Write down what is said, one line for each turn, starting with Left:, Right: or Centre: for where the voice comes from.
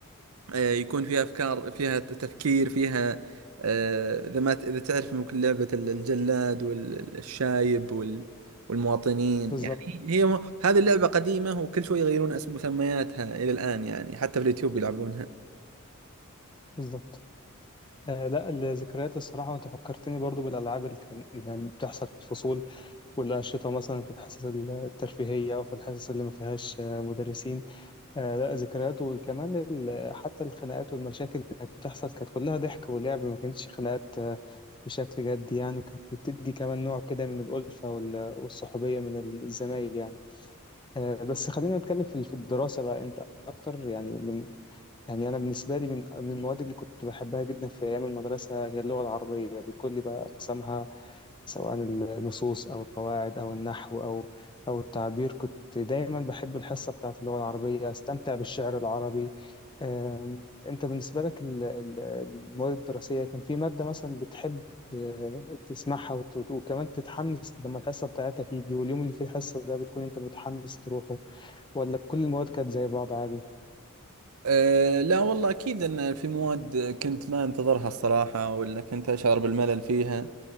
Right: آه، يكون فيها افكار فيها تفكير فيها آه، اذا ما ت- اذا تعرف ممكن لعبة ال- الجلاد والشايب والمواطنين
Left: بالظبط
Right: يعني هي م... هذه اللعبة قديمة وكل شوي يغيرون اسم مسمياتها الى الان يعني حتى في اليوتيوب يلعبونها
Left: بالظبط آه لا الذكريات الصراحة وأنت فكرتني برضو بالألعاب اللي كان اللي كانت بتحصل في الفصول والأنشطة مثلا في الحصص الترفيهية أو في الحصص اللي ما فيهاش آه، مدرسين آه لا ذكريات وكمان ال- حتى الخناقات والمشاكل اللي كانت بتحصل كانت كلها ضحك ولعب ما كانتش خناقات آه، بشكل جدي يعني وكانت بتدي كمان نوع كده من الألفة وال- والصحوبية من الزمايل يعني آه، بس خلينا نتكلم في في الدراسة بقى أنت أكتر يعني يعني أنا بالنسبة لي من من المواد اللي كنت بحبها جدا في أيام المدرسة هي اللغة العربية بكل بقى أقسامها سواء النصوص أو القواعد أو النحو أو أو التعبير كنت دايما بحب الحصة بتاعة اللغة العربية أستمتع بالشعر العربي أم، أنت بالنسبة لك ال- ال- المواد الدراسية كان في مادة مثلا بتحب أه، تسمعها وت- وت- وكمان تتحمس لما الحصة بتاعتها تيجي واليوم اللي فيه الحصة ده بتكون أنت متحمس تروحه ولا كل المواد كانت زي بعض عادي؟
Right: أه لا والله أكيد أن في مواد كنت ما أنتظرها الصراحة ولا كنت أشعر بالملل فيها